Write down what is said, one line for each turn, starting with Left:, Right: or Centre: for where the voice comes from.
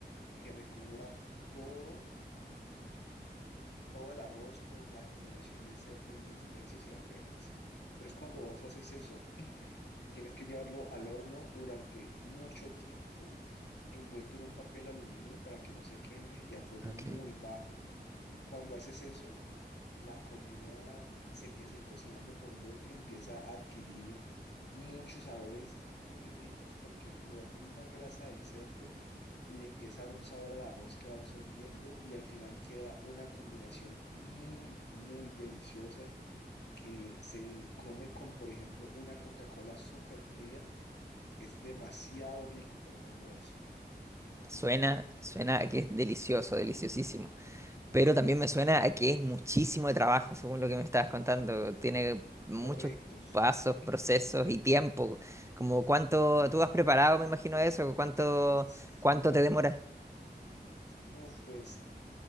Left: que recubra todo todo el arroz con la combinación de cerdo y especies y arvejas. Entonces, cuando vos haces eso, tienes que llevarlo al horno durante mucho tiempo, envuelto en un papel aluminio para que no se queme y a fuego
Right: ok.
Left: muy bajo. Cuando haces eso, la comida se empieza a ir cocinando por dentro, empieza a adquirir muchos sabores muy ricos porque la misma grasa del cerdo le empieza a dar un sabor al arroz que va absorbiendo y al final queda una combinación muy, muy deliciosa que se come con, por ejemplo, una Coca-Cola súper fría. Es demasiado rico para un almuerzo.
Right: Suena, suena a que es delicioso, deliciosísimo. Pero también me suena a que es muchísimo de trabajo, según lo que me estabas contando. Tiene muchos
Left: Correctos.
Right: pasos, procesos
Left: <clears throat> <laughs>
Right: y tiempo. Como cuánto tú has preparado, me imagino eso, cuánto,
Left: Sí.
Right: cuánto te demora.
Left: Uf, pues